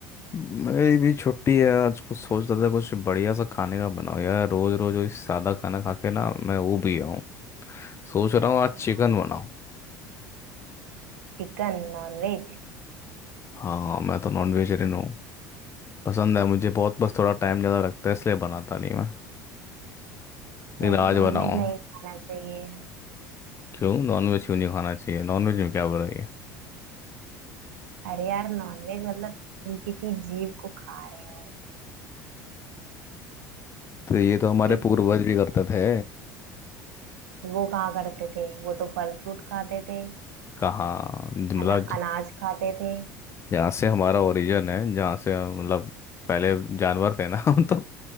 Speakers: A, on the left; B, on the right.
A: मेरी भी छुट्टी है आज कुछ सोच रहा था कुछ बढ़िया सा खाने का बनाओ यार रोज रोज वही सादा खाना खा के ना मैं वो भी गया हूँ सोच रहा हूँ
B: हाँ
A: आज चिकन बनाऊँ
B: Chicken non veg
A: हाँ मैं तो नॉन वेजिटेरियन हूँ पसंद है मुझे बहुत बस थोड़ा टाइम ज़्यादा लगता है इसलिए बनाता नहीं मैं लेकिन
B: वैसे
A: आज
B: नॉनवेज
A: बनाऊँ
B: नहीं खाना चाहिए
A: क्यों नॉन वेज क्यों नहीं खाना चाहिए नॉन वेज में क्या बुराई है
B: अरे यार नॉनवेज मतलब तुम किसी जीव को खा रहे हो
A: तो ये तो हमारे
B: इस
A: पूर्वज भी करते थे
B: वो कहाँ करते थे वो तो फल फ्रूट खाते थे
A: कहाँ मतलब
B: अना, अनाज खाते थे
A: जहाँ से हमारा ओरिजिन है जहाँ से हम- मतलब पहले जानवर थे ना <laughs> हम तो